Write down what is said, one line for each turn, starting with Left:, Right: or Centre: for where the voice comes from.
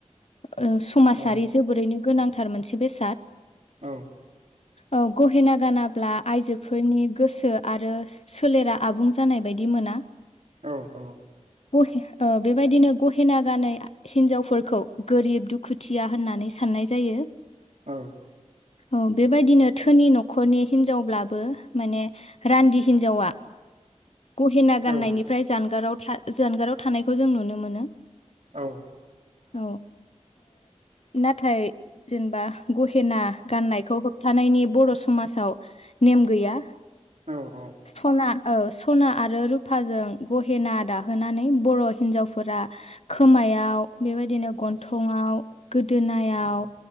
Left: ओ समाजारि
Right: औ
Left: जोबोरैनो गोनांथार मोनसे बेसाद
Right: औ
Left: औ गहेना गानाब्ला आइजोफोरनि गोसो आरो सोलेरा आबुं जानाय बायदि मोना
Right: औ औ
Left: गहे बेबायदिनो गहेना गानै हिनजावफोरखौ गोरिब दुखुथिया होननानै सानो साननाय जायो
Right: औ
Left: औ बेबायदिनो धोनि न'खरनि हिनजावब्लाबो माने रान्दि हिनजावा गहेना गाननायनि
Right: औ
Left: फ्राय जानगाराव जानगाराव थानायखौ जों नुनो मोनो।
Right: औ
Left: औ नाथाय जेनेबा गहेना गाननायखौ होब थानायनि बर' समाजाव नेम गैया
Right: औ औ
Left: स्टना औ सना आरो रुफाजों गहेना दाहोनानै बर' हिन्जावफोरा खोमायाव बेबायदिनो गन्थंआव गोदोनायाव
Right: उम